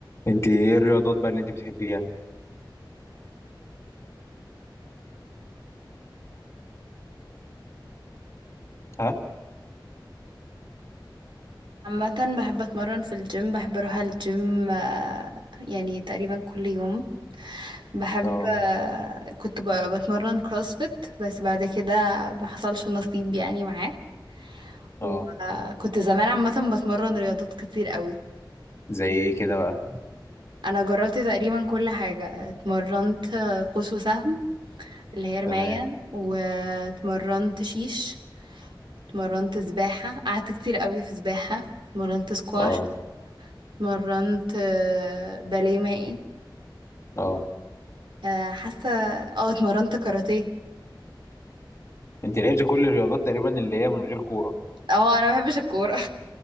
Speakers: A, on the left (about 35°); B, on the right (about 75°).
A: انت ايه الرياضات بقى اللي انت بتحبيها ها
B: عامة بحب أتمرن في الجيم بحب أروح الجيم آه، يعني تقريبا كل يوم بحب
A: اه
B: آه، كنت ب- بتمرن كروسفيت بس بعد كده ما حصلش نصيب يعني معاه
A: اه
B: وكنت زمان عامة بتمرن رياضات كتير قوي
A: زي ايه كده بقى
B: أنا جربت تقريبا كل حاجة اتمرنت آه، قوس وسهم اللي هي رماية
A: تمام
B: واتمرنت شيش اتمرنت سباحة قعدت كتير قوي في سباحة اتمرنت سكواش
A: اه
B: اتمرنت آه، باليه مائي
A: اه
B: آه، حاسه اه اتمرنت كاراتيه
A: انت لعبت كل الرياضات تقريبا اللي هي من غير كوره
B: اه انا ما بحبش الكوره <laughs>